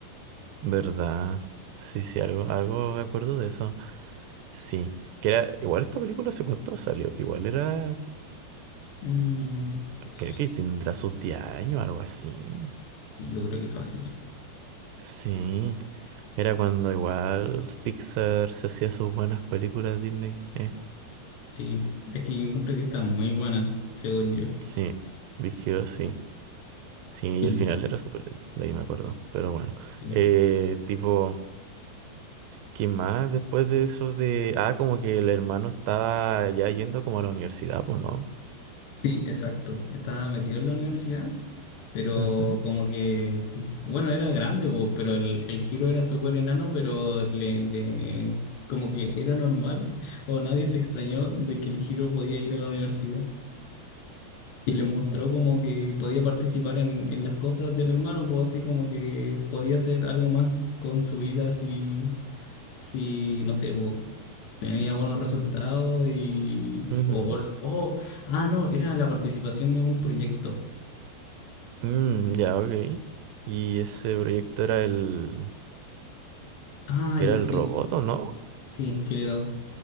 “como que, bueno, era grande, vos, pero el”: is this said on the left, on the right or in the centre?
Left